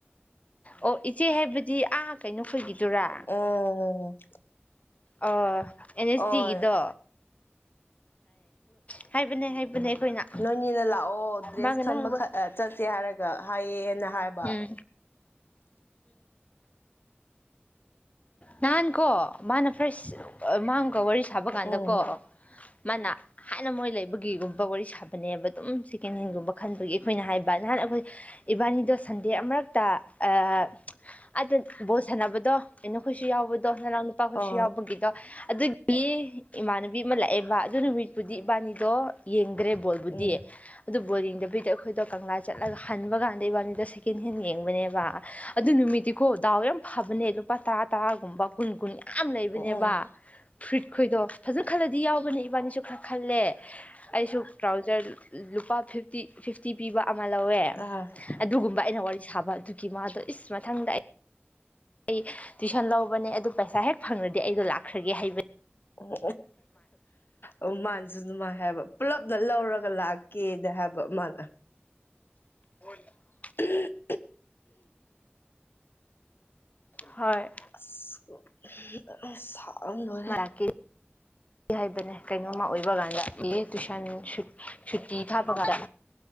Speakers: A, on the left; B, on the left.
A: ꯑꯣ ꯏꯆꯦ ꯍꯥꯏꯕꯗꯤ ꯑꯥ ꯀꯩꯅꯣ ꯈꯣꯏꯒꯤꯗꯨꯔꯥ
B: ꯎꯝ
A: ꯑꯣ ꯑꯦꯟ ꯑꯦꯁ
B: ꯑꯣꯏ
A: ꯇꯤꯒꯤꯗꯣ ꯍꯥꯏ ꯍꯥꯏꯕꯅꯦ ꯍꯥꯏꯕꯅꯦ ꯑꯩꯈꯣꯏꯅ
B: ꯅꯣꯏꯅꯤꯅꯥ ꯂꯥꯛꯑꯣ ꯗ꯭ꯔꯦꯁ
A: ꯃꯥꯒ
B: ꯈꯟꯕꯥ
A: ꯅꯍꯥꯟꯋꯥꯏ
B: ꯈꯥ ꯆꯠꯁꯦ ꯍꯥꯏꯔꯛ ꯒꯥ ꯍꯥꯏꯌꯦꯅ ꯍꯥꯏꯞ
A: <unintelligible> ꯅꯍꯥꯟ ꯀꯣ ꯃꯥꯅ ꯐ꯭ꯔꯦꯁ ꯃꯥꯡꯒꯥ ꯋꯥꯔꯤ ꯁꯥꯕ ꯀꯥꯟꯗꯀꯣ
B: ꯎꯝ
A: ꯃꯥꯅꯥ ꯍꯥꯟꯅꯥ ꯃꯣꯏ ꯂꯩꯕꯒꯤꯒꯨꯝꯕ ꯋꯥꯔꯤ ꯁꯥꯕꯅꯦꯕ ꯑꯗꯨꯝ ꯁꯦꯀꯦꯟ ꯍꯦꯟꯒꯨꯝꯕ ꯈꯟꯕꯒꯤ ꯑꯩꯈꯣꯏꯅ ꯍꯥꯏꯕ ꯅꯍꯥꯟꯅ ꯑꯩꯈꯣꯏ ꯏꯕꯥꯅꯤꯗꯣ ꯁꯟꯗꯦ ꯑꯃꯥꯔꯛꯇꯥ ꯑꯥ ꯑꯥꯗꯥ ꯕꯣꯁ ꯁꯥꯟꯅꯥꯕꯗꯣ ꯀꯩꯅꯣ ꯈꯣꯏꯁꯨ ꯌꯥꯎꯕꯗꯣ ꯅꯥꯅꯥꯎ ꯅꯨꯄꯥꯈꯣꯏꯁꯨ
B: ꯎꯝ
A: ꯌꯥꯎꯕꯒꯤꯗꯣ ꯑꯗꯨꯛ ꯒꯤ ꯏꯃꯥꯟꯅꯕꯤ ꯑꯃꯥ ꯂꯥꯛꯑꯦꯕ ꯑꯗꯨ ꯅꯨꯃꯤꯠꯄꯨꯗꯤ ꯏꯕꯥꯅꯤꯗꯣ ꯌꯦꯡꯗ꯭ꯔꯦ ꯕꯣꯜ ꯕꯨꯗꯤ
B: ꯑ ꯎꯝ
A: ꯑꯗꯨ ꯕꯣꯜ ꯌꯦꯡꯗꯥꯕꯤꯗ ꯑꯩꯈꯣꯏꯗꯣ ꯀꯪꯂꯥ ꯆꯠꯂꯥꯒ ꯍꯟꯕꯥ ꯀꯥꯟꯗ ꯏꯕꯥꯅꯤꯗꯣ ꯁꯦꯛ ꯀꯦꯟꯍꯦꯟ ꯌꯦꯡꯕꯥꯅꯦꯕꯥ ꯑꯗꯨ ꯅꯨꯃꯤꯠꯇꯤꯀꯣ ꯗꯥꯎ ꯌꯥꯝ ꯐꯕꯅꯦ ꯂꯨꯄꯥ ꯇꯔꯥ ꯇꯔꯥꯒꯨꯝꯕ ꯀꯨꯟ ꯀꯨꯟ ꯌꯥꯝ ꯂꯩꯕꯥꯅꯦꯕ
B: ꯑ ꯎꯝ
A: ꯐꯨꯔꯤꯠꯈꯣꯏꯗꯣ ꯐꯖꯥꯅ ꯈꯜꯂꯥꯗꯤ ꯌꯥꯎꯕꯅꯦ ꯏꯕꯥꯅꯤꯁꯨ ꯈꯔꯥ ꯈꯜꯂꯦ ꯑꯩꯁꯨ ꯇ꯭ꯔꯥꯎꯖꯥꯔ ꯂꯨꯄꯥ ꯐꯤꯐꯇꯤ ꯐꯤꯐꯇꯤ ꯄꯤꯕ ꯑꯃꯥ ꯂꯧꯋꯦ
B: ꯎꯝ
A: ꯑꯗꯨꯒꯨꯝꯕ ꯑꯩꯅ ꯋꯥꯔꯤ ꯁꯥꯕ ꯑꯗꯨꯒꯤ ꯃꯥꯗꯣ ꯏꯁ ꯃꯊꯪꯗ ꯑꯩ ꯑꯩ ꯇꯨꯏꯁꯟ ꯂꯧꯕꯅꯦ ꯑꯗꯨ ꯄꯩꯁꯥ ꯍꯦꯛ ꯐꯪꯔꯥꯗꯤ ꯑꯩꯗꯣ ꯂꯥꯛꯈ꯭ꯔꯥꯒꯦ ꯍꯥꯏꯕ
B: ꯎꯝ ꯑꯣ ꯃꯥꯅꯥꯁꯨ ꯑꯗꯨꯃꯥꯏ ꯍꯥꯏꯕ ꯄꯨꯜꯂꯞꯗ ꯂꯧꯔꯥꯒ ꯂꯥꯛꯀꯦ ꯗꯥ ꯍꯥꯏꯕ ꯃꯥꯅ
A: <unintelligible>
B: <unintelligible>
A: ꯍꯣꯏ
B: ꯑꯁ ꯁꯥꯕꯅꯥ ꯂꯣꯏꯔꯦ
A: ꯂꯥꯛꯀꯦ ꯍꯥꯏꯕꯅꯦ ꯀꯩꯅꯣꯝꯃꯥ ꯑꯣꯏꯕ ꯀꯥꯟꯗ ꯑꯦ ꯇꯨꯏꯁꯟ ꯁꯨꯠ ꯁꯨꯇꯤ ꯊꯥꯕ ꯀꯥꯟꯗꯥ